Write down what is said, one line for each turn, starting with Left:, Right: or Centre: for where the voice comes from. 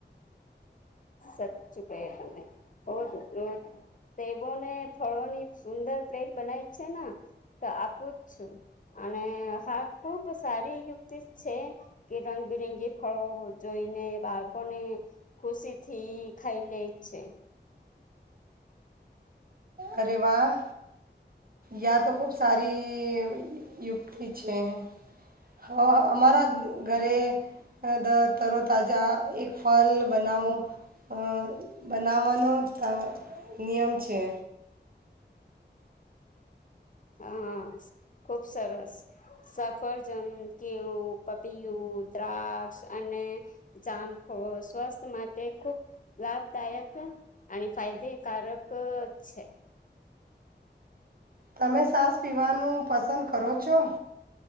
Left: સાચું કયું તમે <unintelligible> તેવોને ફળોની સુંદર પ્લેટ બનાઈ છે ના તો આપું જ છું અને હા ખુબ સારી યુક્તિ છે કે રંગબિરંગી ફળો જોઈને બાળકોને ખુશી થી ખાઈ લેય છે.
Right: અરે વાહ યા તો ખુબ સારી યુક્તિ છે, હ અમારા ઘરે દ તરોતાજા એક ફલ બનાવું અ બનાવ મનું તર નિયમ છે,
Left: હા, ખુબ સરસ સફરજન, કેળું, પપીયું, દ્રાગ અને જાંફો સ્વસ્થ માટે ખુબ લાભદાયક અને ફાયદકારક છે
Right: તમે સાસ પી પીવાનું પસંદ કરો છો?